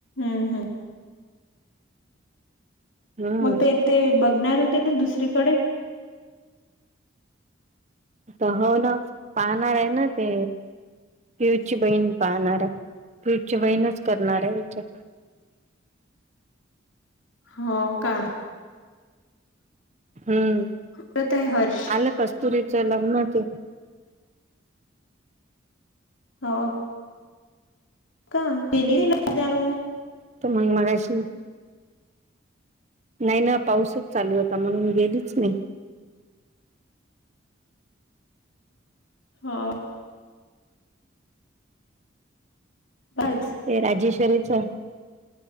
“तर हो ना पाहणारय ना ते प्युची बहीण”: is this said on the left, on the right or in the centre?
Right